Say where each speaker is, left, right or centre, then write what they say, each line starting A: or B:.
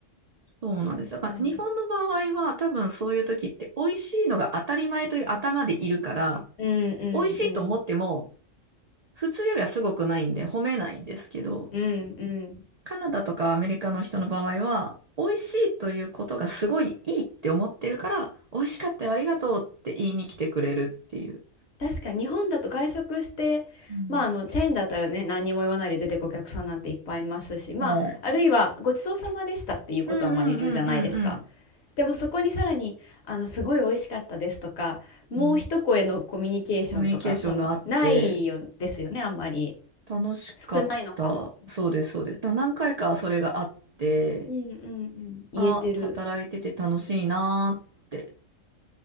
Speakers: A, on the right; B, on the left.
A: そうなんです。
B: 確かに。
A: だから日本の場合は多分そういう時って美味しいのが当たり前という頭でいるから、
B: うんうんうん。
A: 美味しいと思っても普通よりはすごくないんで褒めないんですけど、
B: うんうん。
A: カナダとかアメリカの人の場合は美味しいということがすごいいいって思ってるから、美味しかったよありがとうって言いに来てくれるっていう。
B: 確かに日本だと外食して、
A: うん。
B: まああのチェーンだったらね、何にも言わないで出てくお客さんなんていっぱいいますし、まああるいはごちそうさまでしたっていうことはまあ言うじゃないですか。
A: はい。うんうんうんうん
B: でもそこにさらにあのすごい美味しかったですとか、もう一声のコミュニケーションとか、
A: うん。うん。コミュニケーションがあって、
B: そのないよですよね、あんまり。
A: 楽しかった。
B: 少ないのかも。
A: そうです、そうです。だから何回かそれがあって、
B: うんうんうん。言えてる。
A: あ、働いてて楽しいなーって。